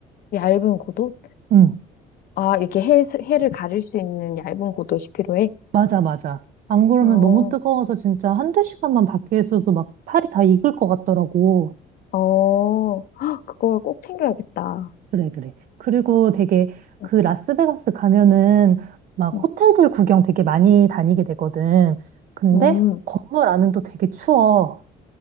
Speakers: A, on the left (about 60°); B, on the right (about 55°).
A: 얇은 고도?
B: 응.
A: 아, 이렇게 해, 해를 가릴 수 있는 얇은 고도시 필요해?
B: 맞아, 맞아. 안 그러면
A: 어,
B: 너무 뜨거워서 진짜 한두 시간만 밖에 있어도 막 팔이 다 익을 것 같더라고.
A: 어, 헉, 그걸 꼭 챙겨야겠다.
B: 그래, 그래. 그리고 되게
A: 어,
B: 그 라스베가스 가면은 막
A: 응,
B: 호텔들 구경 되게 많이 다니게 되거든. 근데
A: 음,
B: 건물 안은 또 되게 추워.